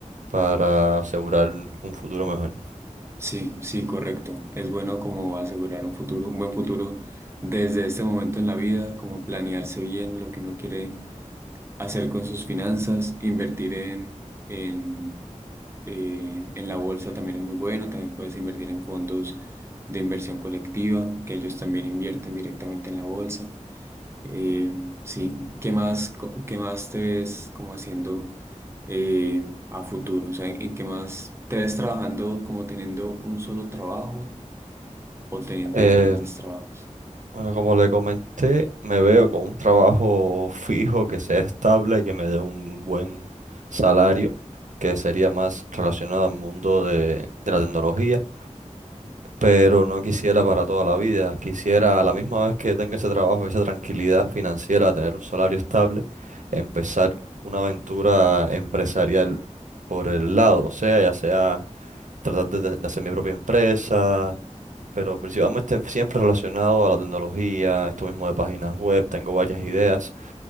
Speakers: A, on the right (about 80°); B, on the right (about 20°).
A: para asegurar un futuro mejor.
B: Sí, sí, correcto. Es bueno como asegurar un futuro, un buen futuro desde este momento en la vida, como planearse bien lo que uno quiere hacer con sus finanzas, invertir en, en, eh, en la bolsa también es muy bueno, también puedes invertir en fondos de inversión colectiva, que ellos también invierten directamente en la bolsa. Eh, sí, ¿qué más, co- qué más te ves como haciendo eh, a futuro? O sea, ¿en, en qué más te ves trabajando como teniendo un solo trabajo o teniendo
A: Eh,
B: diferentes trabajos?
A: Bueno, como le comenté, me veo con un trabajo fijo que sea estable, que me dé un buen salario, que sería más relacionado al mundo de, de la tecnología, pero no quisiera para toda la vida. Quisiera a la misma vez que tenga ese trabajo, esa tranquilidad financiera, tener un salario estable, empezar una aventura empresarial por el lado, o sea, ya sea tratar de, de hacer mi propia empresa, pero principalmente siempre relacionado a la tecnología, esto mismo de páginas web, tengo varias ideas,